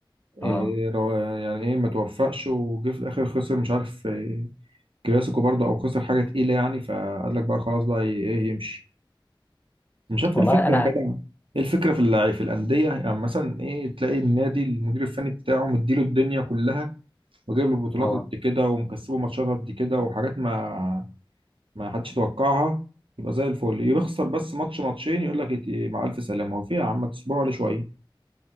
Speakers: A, on the left (about 20°); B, on the right (about 80°).
A: اه
B: إيه رو- يعني إيه ما توفقش وجه في الآخر خسر مش عارف إيه كلاسيكو برضه أو خسر حاجة تقيلة يعني فقال لك بقى خلاص بقى إيه إيه، يمشي مش شفت
A: والله
B: الفكره
A: انا
B: يا جدع ايه الفكره في اللعيب في الانديه يعني مثلا ايه تلاقي النادي المدير الفني بتاعه مديله الدنيا كلها وجايب له بطولات
A: اه
B: قد كده ومكسبه ماتشات قد كده وحاجات ما ما حدش يتوقعها يبقى زي الفل يخسر بس ماتش ماتشين يقول لك إيه، مع الف سلامه هو في يا عم تصبروا عليه شويه